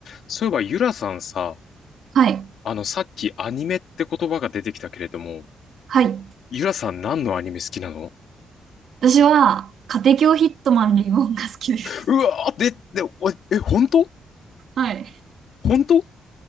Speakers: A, on the left; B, on the right.
A: そういえば、ゆらさんさ、
B: はい。
A: あの、さっきアニメって言葉が出てきたけれども、
B: はい。
A: ゆらさん何のアニメ好きなの
B: 私は、家庭教ヒットマンリボンが好きです。
A: うわーで、で、おえ、本当
B: <laughs> はい。
A: 本当